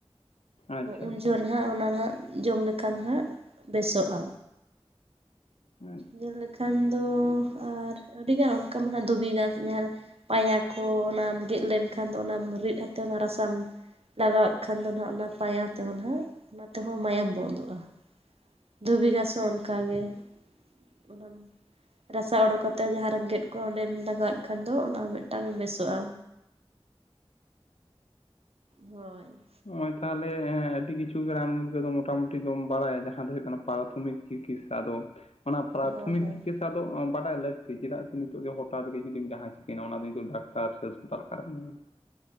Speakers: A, on the left (about 80°); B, on the right (about 70°).
A: ᱟᱪᱪᱷᱟ
B: ᱩᱱ
A: ᱟᱪᱪᱷᱟ
B: ᱡᱚᱦᱠᱷ ᱦᱟᱸᱜ ᱚᱱᱟ ᱦᱜ ᱡᱚᱢ ᱞᱮᱠᱷᱟᱱ ᱦᱟᱸᱜ ᱵᱮᱥᱚᱜᱼᱟ
A: ᱦᱳᱭ
B: ᱧᱮᱞ ᱞᱮᱠᱷᱟᱱ ᱫᱚ ᱟᱨ ᱟᱹᱰᱤᱜᱟᱱ ᱚᱱᱠᱟ ᱢᱟ ᱫᱷᱩᱵᱤ ᱜᱷᱟᱥ ᱧᱮᱞ ᱯᱟᱭᱟ ᱠᱚ ᱚᱱᱟᱢ ᱜᱮᱫ ᱞᱮᱱᱠᱷᱟᱱ ᱫᱚ ᱚᱱᱟᱢ ᱨᱤᱫ ᱟᱛᱮᱫ ᱚᱱᱟ ᱨᱟᱥᱟᱢ ᱞᱟᱜᱟᱣᱮᱫ ᱠᱷᱟᱱ ᱫᱚ ᱱᱟᱦᱟᱜ ᱚᱱᱟ ᱯᱟᱭᱟ ᱛᱮᱦᱚᱸ ᱱᱟᱦᱟᱜ ᱚᱱᱟ ᱛᱮᱦᱚᱸ ᱢᱟᱭᱟᱢ ᱵᱚᱱᱫᱚᱜᱼᱟ᱾ ᱫᱷᱩᱵᱤ ᱜᱟᱥ ᱦᱚ ᱚᱱᱠᱟᱜ ᱜᱮ ᱚᱱᱟ ᱨᱟᱥᱟ ᱚᱰᱳᱠ ᱠᱟᱛᱮ ᱡᱟᱦᱟᱸ ᱨᱮᱢ ᱜᱮᱫ ᱠᱚᱜᱼᱟ ᱚᱸᱰᱮᱢ ᱞᱟᱜᱟᱣᱫ ᱠᱷᱟᱱ ᱫᱚ ᱚᱱᱟ ᱢᱤᱫᱴᱟᱝ ᱵᱮᱥᱚᱜᱼᱟ᱾ ᱦᱳᱭ
A: ᱱᱚᱜᱼᱚᱭ ᱛᱟᱦᱚᱞᱮ ᱟᱹᱰᱤ ᱠᱤᱪᱷᱩ ᱜᱮ ᱨᱟᱱ ᱢᱩᱨᱜᱟᱹᱱ ᱫᱚ ᱢᱚᱴᱟᱢᱩᱴᱤ ᱫᱚᱢ ᱵᱟᱲᱟᱭᱟ ᱡᱟᱦᱟᱸ ᱫᱚ ᱦᱩᱭᱩᱜ ᱠᱟᱱᱟ ᱯᱟᱨᱛᱷᱚᱢᱤᱠ ᱪᱤᱠᱤᱛᱥᱟ ᱫᱚ ᱚᱱᱟ ᱯᱨᱟᱛᱷᱚᱢᱤᱠ
B: ᱦᱳᱭ ᱦᱳᱭ
A: ᱪᱤᱠᱤᱥ ᱪᱥᱟ ᱫᱚ ᱵᱟᱰᱟᱭ ᱞᱟᱹᱠᱛᱤ ᱪᱮᱫᱟᱜ ᱥᱮ ᱱᱤᱛᱚᱜᱜᱦᱚᱴᱟᱛ ᱜᱮ ᱡᱫᱤᱢ ᱡᱟᱦᱟᱸ ᱪᱤᱠᱟᱹᱭᱱᱟ ᱚᱱᱟ ᱫᱚ ᱱᱤᱛᱚᱜ ᱰᱟᱠᱛᱟᱨ ᱥᱮ ᱦᱟᱥᱯᱟᱛᱟᱞ ᱚᱠᱟᱨᱮᱢ ᱧᱟᱢᱟ ᱦᱮᱸ <inaudible>